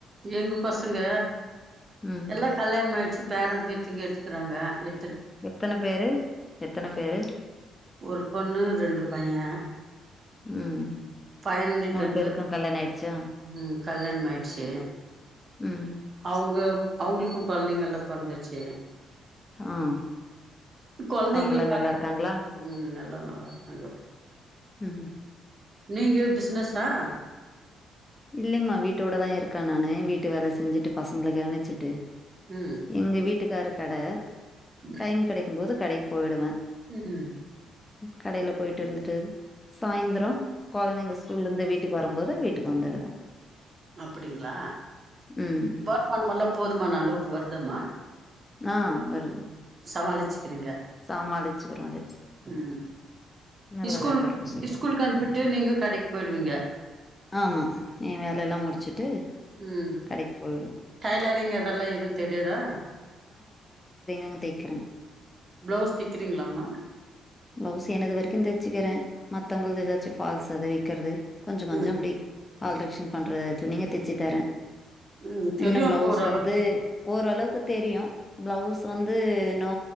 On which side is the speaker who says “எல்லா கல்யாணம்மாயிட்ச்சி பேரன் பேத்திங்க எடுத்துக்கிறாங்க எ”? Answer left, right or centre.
Right